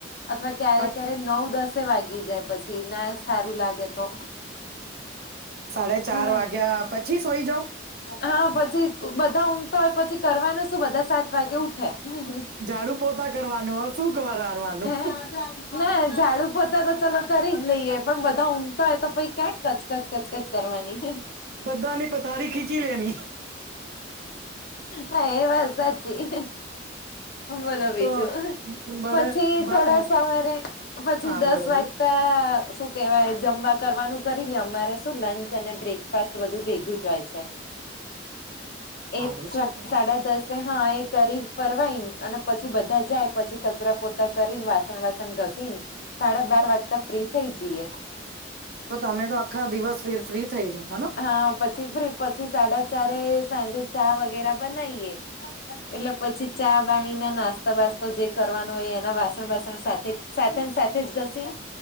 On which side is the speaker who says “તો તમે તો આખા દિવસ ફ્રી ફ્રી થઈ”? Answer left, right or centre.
Right